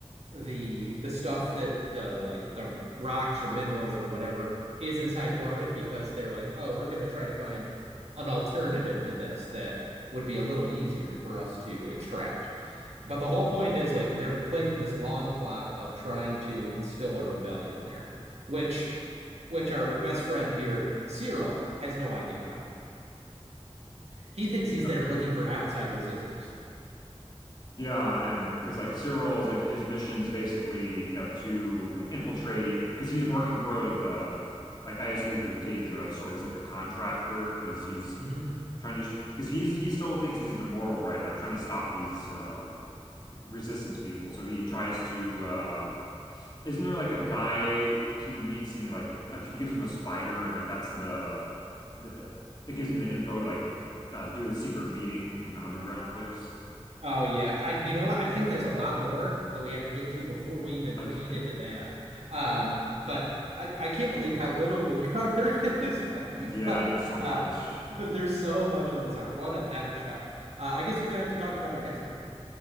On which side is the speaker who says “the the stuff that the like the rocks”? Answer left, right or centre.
Right